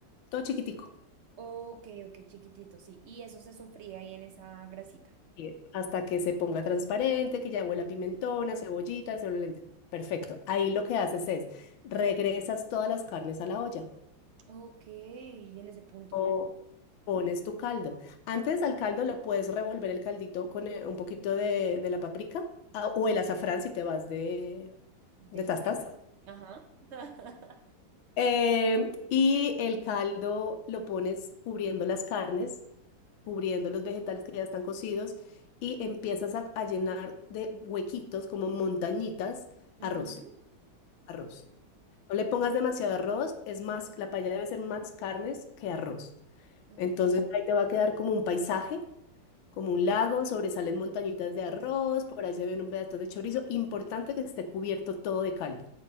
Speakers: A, on the left (about 80°); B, on the right (about 85°).
A: Todo chiquitico.
B: Ok, ok, chiquitito, sí. Y eso se sofría ahí en esa grasita.
A: hervir hasta que se ponga transparente, que ya huela a pimentón, a cebollita, se vuelve Perfecto. Ahí lo que haces es regresas todas las carnes a la olla
B: Ok, y en ese punto.
A: o
B: ujú,
A: pones tu caldo. Antes al caldo le puedes revolver el caldito con eh, un poquito de, de la paprika ah, o el azafrán si te vas de,
B: De
A: de tastas.
B: Gomera. Ajá. <laughs>
A: Em, y el caldo lo pones cubriendo las carnes, cubriendo los vegetales que ya están cocidos y empiezas a, a llenar de huequitos como montañitas arroz,
B: Ujú.
A: arroz. No le pongas demasiado arroz, es más, la paella debe ser más carnes que arroz.
B: Ah,
A: Entonces ahí te va a quedar como un paisaje, como un lago, sobresalen montañitas de arroz, por ahí se ven un pedazo de chorizo. Importante que esté cubierto todo de caldo.